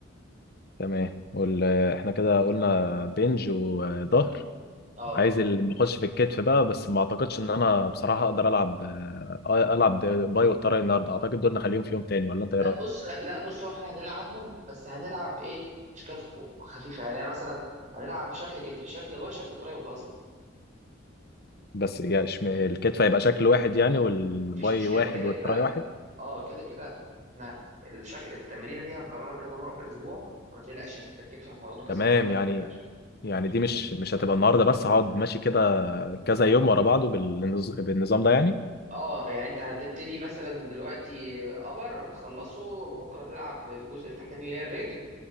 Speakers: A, on the left; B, on the right.
A: تمام وال... احنا كده قلنا بنج وظهر
B: اه
A: عايز اللي نخش في الكتف بقى بس ما اعتقدش ان انا بصراحة اقدر العب آه، العب باي والتراي النهارده اعتقد دول نخليهم في يوم تاني ولا انت ايه
B: لا
A: رأيك
B: بص لا بص هو احنا هنلعبهم بس هنلعب ايه اشكال خ- خفيفه يعني انا مثلا هنلعب شكل كتف شكل باي شكل تراي وخلاص كده
A: بس يعني شم... الكتف هيبقى شكل واحد يعني والباي
B: مفيش مشكله
A: واحد
B: كده كده
A: والتراي واحد
B: اه كده كده احنا الشكل التمرينه دي هنكررها كذا مره في الاسبوع فما تقلقش يعني انت الكتف هتمرنه كذا
A: تمام
B: مره تانية
A: يعني
B: ما تقلقش
A: يعني دي مش مش هتبقى النهارده بس هقعد ماشي كده كذا يوم ورا بعضه بالنظ... بالنظام ده يعني
B: اه يعني انت هتبتدي مثلا دلوقتي ابر هتخلصه بكره تلعب الجزء التحتاني اللي هي الرجل